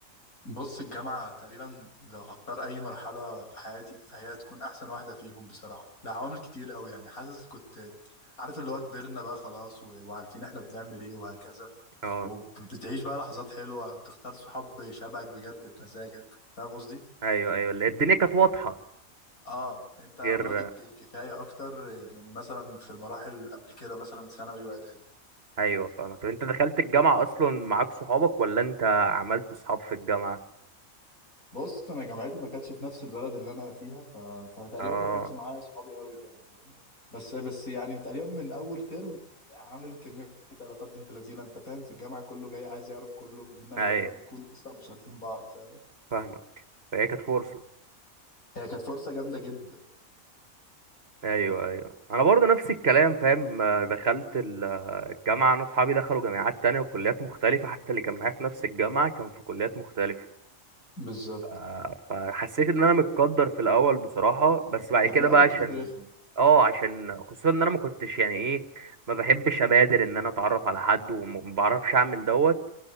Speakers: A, on the left (about 90°); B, on the right (about 45°).
A: بص الجامعة تقريبا لو هختار أي مرحلة في حياتي فهي تكون أحسن واحدة فيهم بصراحة لعوامل كتير أوي يعني حاسس كنت عارف اللي هو كبرنا بقى خلاص و- وعارفين إحنا بنعمل إيه وهكذا
B: اه
A: وبتعيش بقى لحظات حلوة بتختار صحاب شبهك بجد بمزاجك فاهم قصدي؟
B: ايوه ايوه اللي هي الدنيا كانت واضحة
A: آه أنت
B: غير
A: ناضج كفاية أكتر من مثلا في المراحل قبل كده مثلا ثانوي وإعدادي
B: ايوه فاهمك طب انت دخلت الجامعة اصلا معاك صحابك ولا انت عملت صحاب في الجامعة
A: بص انا جامعتي ما كانتش في نفس البلد اللي انا فيها ف... فتقريبا
B: اه
A: ما كانش معايا اصحابي قوي يعني فاهم بس بس يعني تقريبا من اول ترم عامل كميه علاقات بنت لذينه انت فاهم في الجامعه كله جاي عايز يعرف كله لان اغلبنا
B: ايوه
A: بنكون اصلا مش عارفين بعض فاهم
B: فاهمك فهي كانت فرصة
A: هي كانت فرصه جامده جدا
B: ايوه ايوه انا برضه نفس الكلام فاهم آه، دخلت ال- آه، الجامعه انا اصحابي دخلوا جامعات تانية وكليات مختلفه حتى اللي كان معايا في نفس الجامعه كان في كليات مختلفه
A: بالظبط
B: آه، فحسيت ان انا متقدر في الاول بصراحه بس بعد
A: يعني
B: كده
A: في الاول
B: بقى
A: بتكون
B: عشان
A: رخمه
B: اه عشان خصوصا ان انا ما كنتش يعني ايه ما بحبش ابادر ان انا اتعرف على حد وما بعرفش اعمل دوت